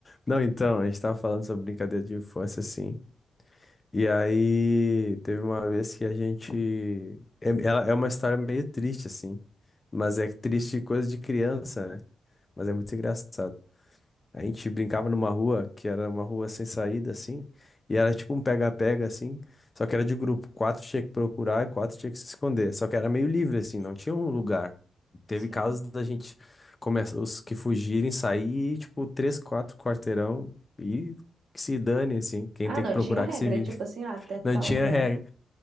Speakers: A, on the left; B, on the right.
A: Não, então, a gente tava falando sobre brincadeira de infância, assim. E aí, teve uma vez que a gente. É, ela é uma história meio triste, assim. Mas é triste de coisa de criança, né? Mas é muito engraçado. A gente brincava numa rua que era uma rua sem saída, assim, e era tipo um pega-pega, assim, só que era de grupo. Quatro tinha que procurar e quatro tinha que se esconder. Só que era meio livre, assim, não tinha um lugar. Teve
B: Sim.
A: casos da gente começar, os que fugirem, sair, tipo, três, quatro quarteirão e que se dane, assim, quem
B: Ah,
A: tem
B: não,
A: que procurar
B: tinha regra,
A: que se vire.
B: tipo
A: <laughs>
B: assim, ah, até tal
A: Não tinha
B: lugar.
A: regra.